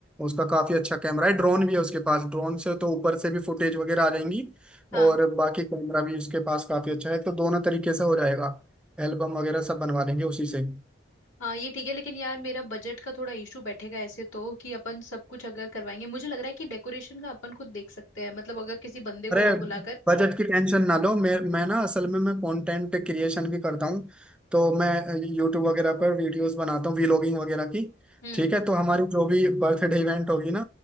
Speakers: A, in the centre; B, on the left (about 80°).
A: उसका काफी अच्छा कैमरा है ड्रोन भी है उसके पास ड्रोन से तो ऊपर से भी फुटेज वगैरह आ जाएंगी
B: हाँ
A: और बाकी कैमरा भी उसके पास काफी अच्छा है तो दोनों तरीके से हो जाएगा एल्बम वगैरह सब बनवा लेंगे उसी से
B: हाँ ये ठीक है लेकिन यार मेरा बजट का थोड़ा इशू बैठेगा ऐसे तो कि अपन सब कुछ अगर करवाएंगे मुझे लग रहा है कि डेकोरेशन का अपन खुद देख सकते हैं मतलब अगर किसी बंदे को
A: अरे
B: ना बुलाकर
A: बजट की टेंशन ना लो मैं मैं ना असल में मैं कंटेंट क्रिएशन भी करता हूँ तो मैं यूट्यूब वगैरह पर वीडियोस बनाता हूँ व्लॉगिंग वगैरह की
B: हम्म
A: ठीक है तो हमारी जो भी बर्थडे इवेंट होगी ना